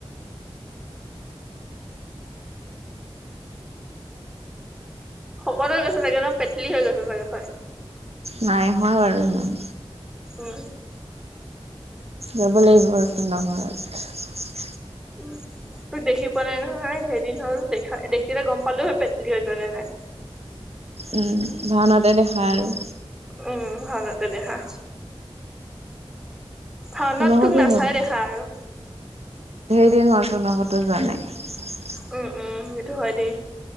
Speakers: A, in the centre; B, on the right.
A: শকত হৈ গৈছে চাগে ন পেটলী হৈ গৈছে চাগে তই?
B: নাই হোৱা বাৰু ইমান।
A: উম।
B: যাব লাগিব আৰু তহতঁৰ ঘৰত।
A: উম তোক দেখি পোৱা নাই নহয় কেইদিন হ'ল দেখাই দেখিলে গম পালো হয় পেটলি হৈছ নে নাই।
B: উম, ভাওনাতে দেখা আৰু।
A: উম ভাওঁনাতে দেখা। ভাওনাত
B: তোনৰ
A: তোক
B: ঘৰতো
A: নাচাই
B: হ'ল
A: দেখা আৰু।
B: <unintelligible>
A: উম উম, সেইটো হয় দেই।